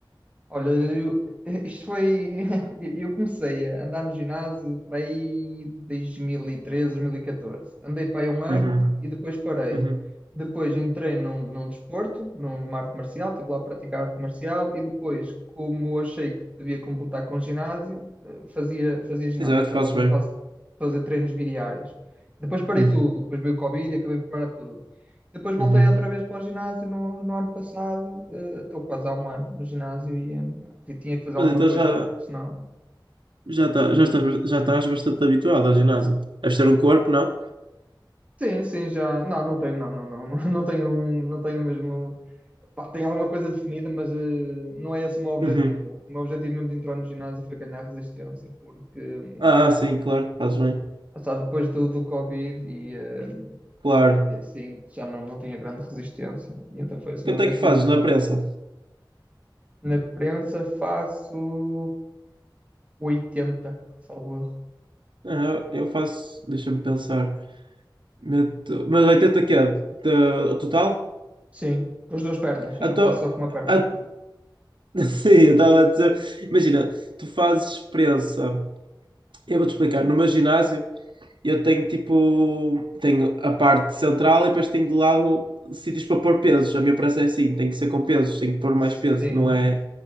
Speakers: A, on the right; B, on the right.
A: Olha, eu, isto foi. <laughs> Eu eu comecei a andar no ginásio para aí 2013, 2014. Andei para aí um ano
B: Uhum.
A: e depois parei.
B: Uhum.
A: Depois entrei num, num desporto, num- numa arte marcial, estive lá a praticar arte marcial e depois, como achei que devia completar com ginásio, eh, fazia, fazia ginásio,
B: Exato,
A: acabava
B: fazes bem.
A: quase de fazer treinos bidiários. Depois parei
B: Uhum.
A: tudo, depois veio o Covid e acabei por parar tudo. Depois voltei
B: Uhum.
A: outra vez para o ginásio no, no ano passado. eh, Estou quase há um ano no ginásio e eh, pá, ti- tinha que fazer
B: Mas
A: alguma
B: então
A: coisa,
B: já,
A: porque senão.
B: já, tá, já, estás, já estás bastante habituado ao ginásio. Deves ter um corpo, não?
A: Sim, sim, já. Não, não tenho, não, não, não, não, não tenho, um- não tenho mesmo. Pá, tenho alguma coisa definida, mas eh, não é esse o meu objetivo.
B: Uhum.
A: O meu objetivo mesmo de entrar no ginásio foi ganhar resistência, porque hum,
B: Ah, sim, claro, fazes bem.
A: lá está, depois do, do Covid e, eh,
B: Claro.
A: e assim já não, não tinha grande resistência. E então foi esse
B: Quanto
A: o meu objetivo.
B: é que fazes na prensa?
A: Na prensa faço 80, salvo erro.
B: Ah, eu faço, deixa-me pensar. Meto, mas 80 que é? Da- O total?
A: Sim, com as duas pernas. Eu
B: Ah,
A: não
B: tô,
A: faço só com uma perna.
B: ah, <laughs> sim, eu estava a dizer. Imagina, tu fazes prensa. Eu vou-te explicar. No meu ginásio. eu tenho tipo, tenho a parte central e depois tenho de lado sítios para pôr pesos. A minha prancha é assim, tem que ser com pesos, tem que pôr
A: Sim,
B: mais peso. Não é,